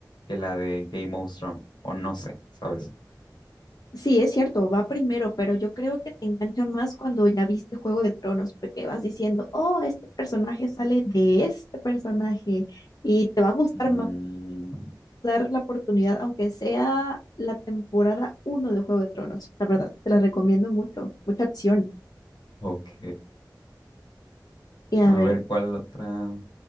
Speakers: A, on the left; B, on the left.
A: que la de Game of Thrones, o no sé, ¿sabes?
B: Sí, es cierto, va primero, pero yo creo que te engancha más cuando ya viste Juego de Tronos, porque vas diciendo, oh, este personaje sale de este personaje y te va a gustar
A: Mm,
B: dar la oportunidad, aunque sea la temporada uno de Juego de Tronos. La verdad, te la recomiendo mucho, mucha acción.
A: ok.
B: Y a
A: A
B: ver,
A: ver, ¿cuál otra?